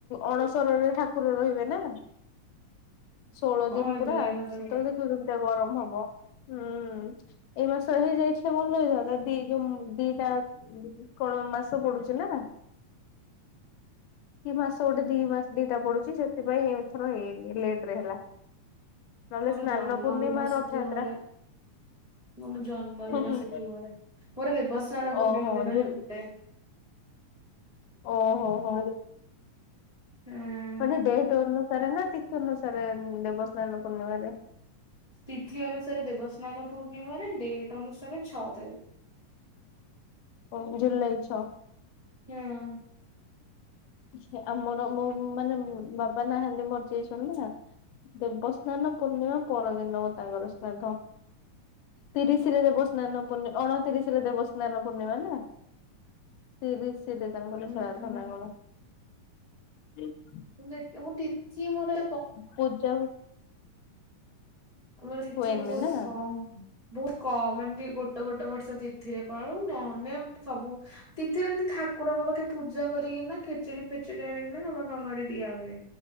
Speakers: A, on the left; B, on the right.
A: ଅଣସରରେ ଠାକୁର ରହିବେ ନା ଷୋହଳ
B: ହଁ
A: ଦିନ ପୁରା
B: ଜୁଲାଇ ମାସରେ
A: ସେତେବେଳେ ଦେଖିବ ଦମିତି ଗରମ ହବ। ହୁଁ ଏଇ ମାସ ହେଇଯାଇଥିଲେ ଭଲଇଥାନ୍ତା ଦି ଯୋଉ ଦିଟା କଣ ମାସ ପଡୁଛି ନା। କିଇ ମାସ ଗୋଟେ ଦି ମାସ ଦିଟା ପଡୁଛି। ସେଥିପାଇଁ ଏମଥର ହେଇନି ଲେଟ ରେ ହେଲା। ନହେଲେ
B: ଓନୁ
A: ସ୍ନାନ
B: ଜନ୍ମଦିନ
A: ପୂର୍ଣ୍ଣିମା
B: ସୁତିଆ
A: ରଥଯାତ୍ରା
B: ମନୁ ଜନ୍ମଦିନ
A: ହୁଁ ହୁଁ
B: ସୁତିିବା ପୁରୁରରେବାସନା ପୂର୍ଣ୍ଣିମା
A: ଓହୋ
B: ଦିନ
A: ଜୁ
B: ବି ବଟେ
A: ଓହୋ ହୋ।
B: ହୁଁ।
A: ମାନେ ବଡେ ଟୋର୍ନ ସାରେ ନା ତୀର୍ଥାନୁସାରେ ଦେବସ୍ନାନ ପୂର୍ଣ୍ଣିମାରେ
B: ତିଥି ଅନୁସାରେ ଦେବସ୍ନାନ ପୂର୍ଣ୍ଣିମାରେ ଡେଟ ଅନୁସାରେ ଛଅ ତାରିଖ
A: ଓ ଜୁଲାଇ ଛ।
B: ହୁଁ।
A: ସେ ଆମର ମୋ ମାନେ ବାବା ନାହାନ୍ତି ମରିଯାଇଛନ୍ତି ନା ଦେବସ୍ନାନ ପୂର୍ଣ୍ଣିମା ପରଦିନ ହଉ ତାଙ୍କର ଶ୍ରାଦ୍ଧ ତିରିଶରେ ଦେବସ୍ନାନ ପୂର୍ଣ୍ଣିମା ଅଣତିରିଶ ରେ ଦେବସ୍ନାନ ପୂର୍ଣ୍ଣିମା ନା ତିରିଶ ସେଇଟରେ ତାଙ୍କର
B: ହୁଁ।
A: ସାଧ
B: ହୁଁ
A: ନା କଣ? ହଁ।
B: ମୁଁ ମୁଁ ତିଚି ମୋର
A: ପୂଜା
B: ଆମର ସ୍ଥି
A: ହୁଏନି
B: ବହୁତ
A: ନା
B: କମ ବହୁତ କମ ଏମତି ଗୋଟେ ଗୋଟେ ବର୍ଷ ତିଥିରେ ପଳୁ ନହେଲେ ସବୁ ତିଥିରେ ଏମିତି ଠାକୁରଙ୍କ ପାଖେ ପୂଜା କରିକିନା ଖେଚୁଡି ଫେଚୁଡି ଆଣିକିନା ନବାପ ଘରେ ଦିଆ ହୁଏ